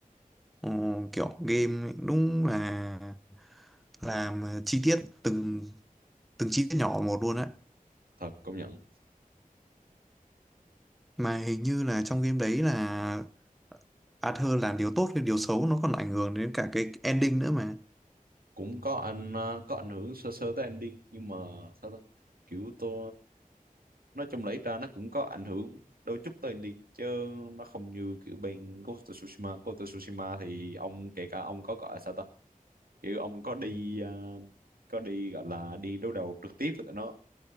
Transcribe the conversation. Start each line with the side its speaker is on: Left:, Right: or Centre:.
Centre: Ờ, kiểu game đúng là làm chi tiết từng từng chi tiết nhỏ một luôn đấy
Right: thật công nhận
Centre: mà hình như là trong game đấy là Arthur làm điều tốt hay điều xấu nó còn ảnh hưởng đến cả cái ending nữa mà
Right: cũng có anh uh, có ảnh hưởng sơ sơ tới ending nhưng mà sao ta kiểu tôi nói chung lấy ra nó cũng có ảnh hưởng đôi chút tới ending chứ nó không như kiểu bên Ghost of Tsushima Ghost of Tsushima thì ông kể cả ông có gọi là sao ta kiểu ông có đi ờ, có đi gọi là đi đối đầu trực tiếp với tụi nó